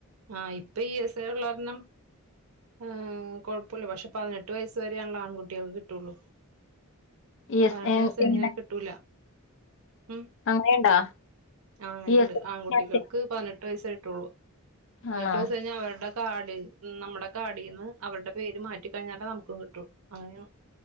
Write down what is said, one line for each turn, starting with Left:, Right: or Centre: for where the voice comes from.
Right: ആ ഇപ്പൊ ഈ സ് ള്ള കാരണം ആ കൊഴപോല്ല പക്ഷേ പതിനെട്ട് വയസ്സ് വരാണല്ലോ ആൺകുട്ടികൾക്ക് കിട്ടോള്ളൂ
Left: ഇ
Right: പതിനെട്ട്
Left: എസ് എ
Right: വയസ്സ് കഴിഞ്ഞാ
Left: അങ്ങനെ
Right: കിട്ടൂല ഉം
Left: അങ്ങനെയുണ്ടാ
Right: ആ അങ്ങനേണ്ട്
Left: ഇ എസ്
Right: ആൺകുട്ടികൾക്ക്
Left: എ-
Right: പതിനെട്ട് വയസ്സ് കഴിഞ്ഞാ ട്ടൊള്ളൂ പതിനെട്ട്
Left: ആണോ
Right: വയസ്സ് കഴിഞ്ഞാ അവര്ടെ കാഡ് നമ്മുടെ കാഡീന്ന് അവരുടെ പേര് മാറ്റിക്കഴിഞ്ഞാലേ നമുക്ക് കിട്ടൂ അങ്ങനെയാ